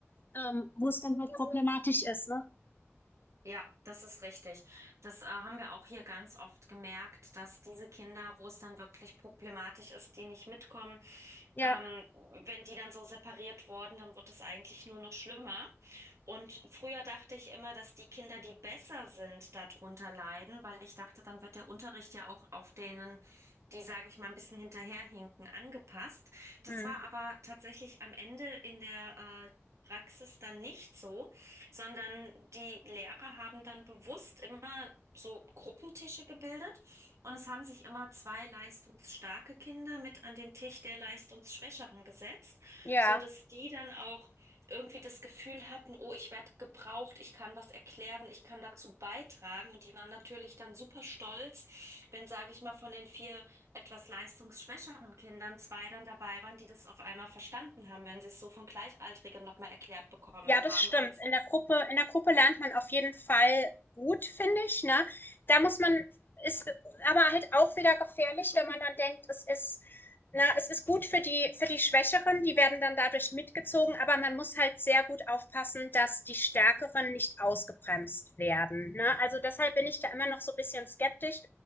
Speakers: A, on the left (about 45°); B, on the right (about 80°).
A: ähm, wo es dann halt problematisch ist, ne?
B: Ja, das ist richtig. Das äh, haben wir auch hier ganz oft gemerkt, dass diese Kinder, wo es dann wirklich problematisch ist, die nicht mitkommen,
A: Ja.
B: ähm, wenn die dann so separiert wurden, dann wird es eigentlich nur noch schlimmer. Und früher dachte ich immer, dass die Kinder, die besser sind, darunter leiden, weil ich dachte, dann wird der Unterricht ja auch auf denen, die, sage ich mal, ein bisschen hinterherhinken, angepasst. Das
A: Hm.
B: war aber tatsächlich am Ende in der äh, Praxis dann nicht so sondern die Lehrer haben dann bewusst immer so Gruppentische gebildet und es haben sich immer zwei leistungsstarke Kinder mit an den Tisch der leistungsschwächeren gesetzt,
A: Ja.
B: so dass die dann auch irgendwie das Gefühl hatten, oh, ich werde gebraucht, ich kann was erklären, ich kann dazu beitragen. Und die waren natürlich dann super stolz, wenn, sage ich mal, von den vier etwas leistungsschwächeren Kindern zwei dann dabei waren, die das auf einmal verstanden haben, wenn sie es so von Gleichaltrigen nochmal erklärt bekommen
A: Ja, das
B: haben,
A: stimmt.
B: als
A: In der Gruppe, in der Gruppe lernt man auf jeden Fall gut, finde ich, ne? Da muss man, ist aber halt auch wieder gefährlich, wenn man dann denkt, es ist, na, es ist gut für die, für die Schwächeren, die werden dann dadurch mitgezogen, aber man muss halt sehr gut aufpassen, dass die Stärkeren nicht ausgebremst werden, ne? Also deshalb bin ich da immer noch so ein bisschen skeptisch.